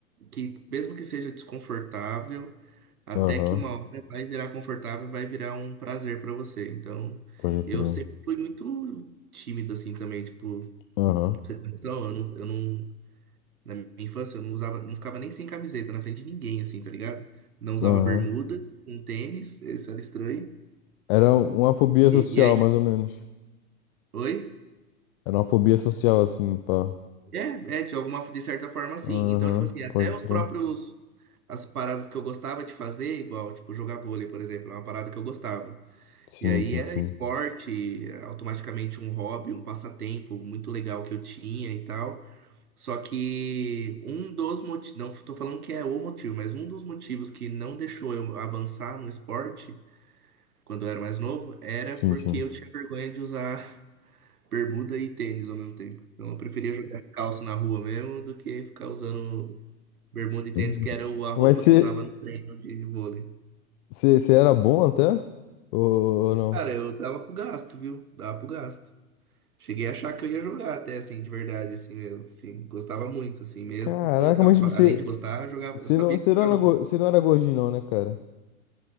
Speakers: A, on the right; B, on the left.
A: que, mesmo que seja desconfortável, até
B: Aham.
A: que uma hora vai virar confortável, vai virar um prazer pra você. Então,
B: Pode crer.
A: eu sempre fui muito tímido assim também. Tipo,
B: Aham.
A: pra você ter noção, eu não, eu não Na minha infância, eu não usava, não ficava nem sem camiseta na frente de ninguém, assim, tá ligado? Não usava
B: Aham.
A: bermuda, um tênis, isso era estranho.
B: Era uma fobia social,
A: E, e aí,
B: mais
A: tipo,
B: ou menos.
A: oi?
B: Era uma fobia social, assim, pá.
A: É, é, de alguma, de certa forma, sim
B: Aham.
A: Então, tipo assim, até
B: Pode
A: os
B: crer.
A: próprios, as paradas que eu gostava de fazer, igual, tipo, jogar vôlei, por exemplo, é uma parada que eu gostava.
B: Sim,
A: E aí
B: sim,
A: era
B: sim.
A: esporte, automaticamente um hobby, um passatempo muito legal que eu tinha e tal. Só que um dos motivos, não tô falando que é o motivo, mas um dos motivos que não deixou eu avançar no esporte quando eu era mais novo era
B: Sim,
A: porque
B: sim.
A: eu tinha vergonha de usar <laughs> bermuda e tênis ao mesmo tempo. Então eu preferia jogar calça na rua mesmo do que ficar usando bermuda e
B: <laughs>
A: tênis, que era o- a roupa
B: Mas você.
A: que eu usava no treino de vôlei.
B: Você você era bom até? Ou, ou não?
A: Cara, eu dava pro gasto, viu? Dava pro gasto. Cheguei a achar que eu ia jogar até assim, de verdade, assim mesmo. Assim, gostava muito, assim mesmo.
B: Caraca,
A: E,
B: mas
A: a-
B: tipo, você.
A: Além de gostar, eu jogava,
B: Você
A: eu sabia
B: não, você
A: que eu
B: não
A: jogava.
B: era, go- você não era gordinho, não, né, cara?